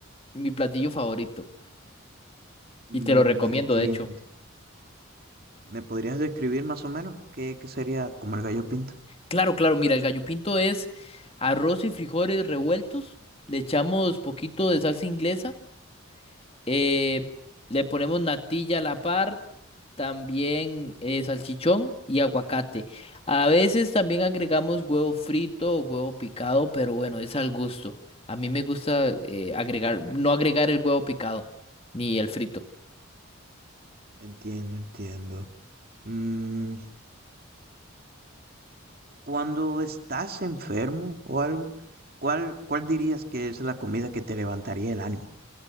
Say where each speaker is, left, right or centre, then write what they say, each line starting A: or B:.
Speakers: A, on the left; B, on the right.
A: mi platillo favorito
B: Mm,
A: y te lo recomiendo,
B: Me entiendo.
A: de hecho.
B: ¿Me podrías describir más o menos qué, qué sería como el gallo pinto?
A: Claro, claro, mira, el gallo pinto es arroz y frijoles revueltos, le echamos poquito de salsa inglesa eh, le ponemos natilla a la par, también eh, salchichón y aguacate. A veces también agregamos huevo frito o huevo picado, pero bueno, es al gusto. A mí me gusta eh, agregar, no agregar el huevo picado ni el frito.
B: Entiendo, entiendo. Mm, cuando estás enfermo o algo, ¿cuál, cuál dirías que es la comida que te levantaría el ánimo?